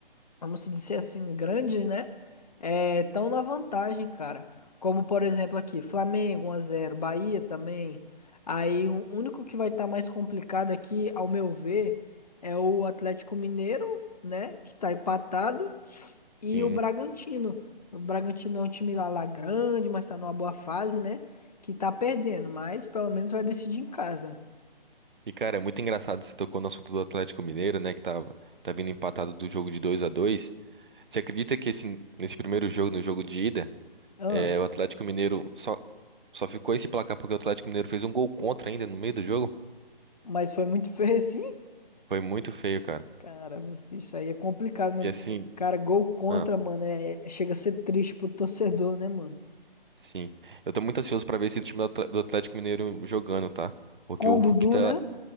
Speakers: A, on the left (about 45°); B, on the right (about 60°).
A: vamos dizer assim, grandes, né? Estão na vantagem, cara. Como, por exemplo, aqui, Flamengo 1x0, Bahia também. Aí, o único que vai estar mais complicado aqui, ao meu ver, é o Atlético Mineiro, né? Que tá empatado. E
B: sim,
A: o Bragantino. O Bragantino é um time lá, lá grande, mas tá numa boa fase, né? Que tá perdendo, mas pelo menos vai decidir em casa.
B: E, cara, é muito engraçado você tocou no assunto do Atlético Mineiro, né? Que tá, tá vindo empatado do jogo de 2 a 2. Você acredita que esse, nesse primeiro jogo, no jogo de ida,
A: Ah,
B: é, o Atlético Mineiro só, só ficou esse placar porque o Atlético Mineiro fez um gol contra ainda no meio do jogo?
A: mas foi muito <laughs> feio, assim.
B: Foi muito feio, cara.
A: Caramba, isso aí é complicado mesmo.
B: E assim,
A: Cara, gol contra,
B: ah,
A: mano, é, é, chega a ser triste pro torcedor, né, mano?
B: sim. Eu tô muito ansioso pra ver esse time do Atl- do Atlético Mineiro jogando, tá? Porque
A: Com
B: o
A: o Dudu,
B: Hulk tá.
A: né?